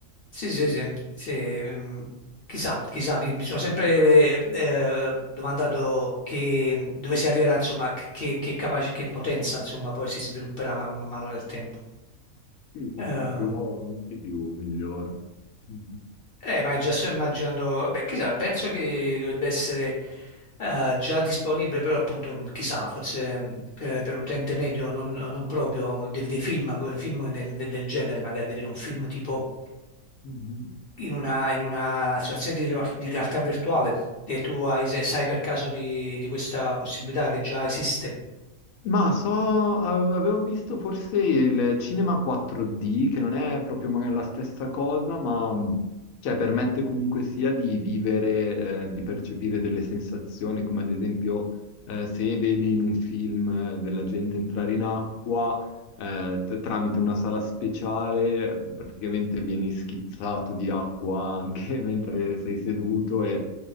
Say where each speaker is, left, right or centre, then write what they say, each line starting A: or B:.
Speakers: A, on the left (about 55°); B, on the left (about 85°).
A: sì, sì, sì, sì, mm, Chissà, chissà, mi, mi sono sempre eh, ehm, domandato che, dove si arriverà, insomma, che, che, capace- che potenza, insomma, poi si svilupperà man, man mano nel tempo.
B: Sì, sì,
A: Ehm,
B: sì, Più avanti, più migliora. Mhm.
A: eh, ma
B: Eh,
A: già sto immaginando, beh, chissà, penso che dovrebbe essere eh, già disponibile, però appunto, mm, chissà, forse mm, per, per un utente medio non, non proprio, dei, dei film, come- film nel- del genere, magari vedere un film tipo
B: Mhm.
A: in una, in una situazione di, re- di realtà virtuale, e tu hai, se sai per caso di, di questa possibilità che già esiste.
B: Ma so, ave- avevo visto forse il cinema 4D, che non è proprio magari la stessa cosa, ma mh, cioè, permette comunque sia di vivere, eh, di percepire delle sensazioni, come ad esempio eh, se vedi in un film eh, della gente entrare in acqua eh, t- tramite una sala speciale, praticamente vieni schizzato di acqua anche <laughs> mentre sei seduto e